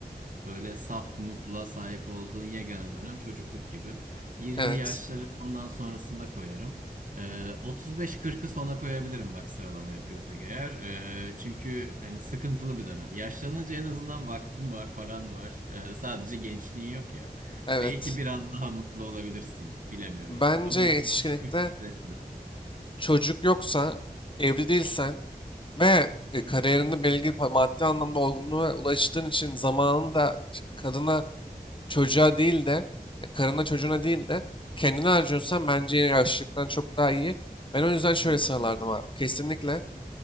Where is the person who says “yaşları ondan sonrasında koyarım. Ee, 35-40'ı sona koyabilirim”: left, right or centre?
Right